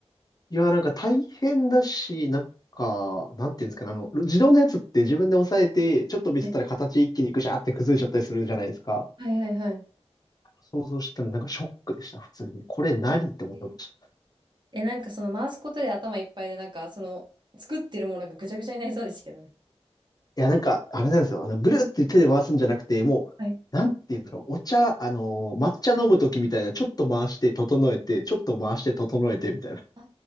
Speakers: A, on the left (about 35°); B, on the right (about 45°).
A: いや、なんか大変だし、なんか、なんていうんですかね、あの、自動のやつって自分で押さえて、ちょっとミスったら形一気にグシャーって崩れちゃったりするじゃないですか。
B: はいはいはいはい。
A: 想像してたのになんかショックでした、普通に。これ何って思ってました。
B: え、えなんかその回すことで頭いっぱいで、なんかその作ってるものがぐちゃぐちゃになりそうですけどね。
A: いや、なんか、あれなんですよ。あの、ぐるって手で回すんじゃなくて、もう、
B: はい。
A: なんていうんだろう、お茶、あのー抹茶飲むときみたいな、ちょっと回して整えて、ちょっと回して整えてみたいな
B: あ